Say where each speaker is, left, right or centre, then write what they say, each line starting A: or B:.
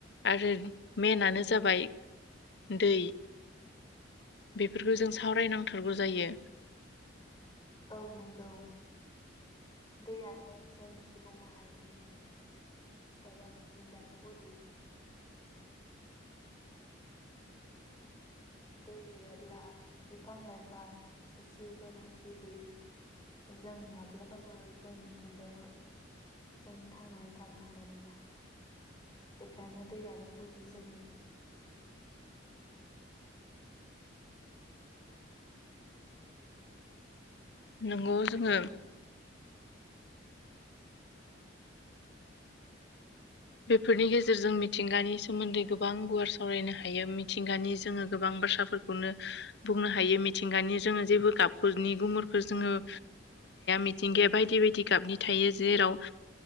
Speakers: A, on the left (about 60°); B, on the left (about 20°).
A: आरो मेनानो जाबाय दै बेफोरखौ जों सावरायनांथारगौ जायो
B: औ नंगौ दैयानो जों सुबुं माहारिनि एबा मिथिंगानि गुदि दै गैयाब्ला बिफां लाइफां जिउ गोनां जिउ गैयि जों माब्लाबाबो जों मिथिंगायाव जों थांनानै थानो हानाय नङा बेखायनो दैयानो गुदि जोंनि
A: नंगौ जोङो बेफोरनि गेजेरजों मिथिंगानि सोमोन्दै गोबां गुवार सावरायनो हायो मिथिंगानि जोङो गोबां बाथ्राफोरखौनो बुंनो हायो मिथिंगानि जोङो जेबो गाबनि गुमुरखौ जोङो मिथिंगाया बायदि बायदि गाबनि थायो जेराव